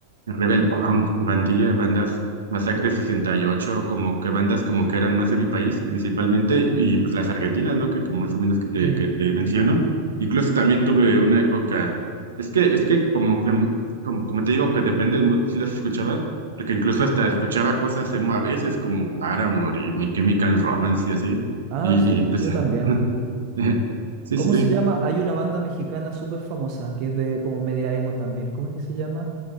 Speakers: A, on the right; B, on the right.
A: Rebel Punk, bandilla, bandas Masacre sesenta y ocho como que bandas como que eran más de mi país principalmente, y pues las argentinas, ¿no? Que, que más o menos que te,
B: sí,
A: que te menciono. Incluso también tuve una época, es que, es que como que, como, como te digo, que depende del mood, si las escuchaba, porque incluso
B: sí,
A: hasta
B: po.
A: escuchaba cosas emo a veces como Paramore y My Chemical Romance y así.
B: Ah,
A: Y,
B: sí,
A: y
B: pues
A: pues,
B: yo también.
A: <laughs> sí,
B: ¿Cómo
A: sí, sí.
B: se llama? Hay una banda mexicana súper famosa que es de como media emo también. ¿Cómo es que se llama?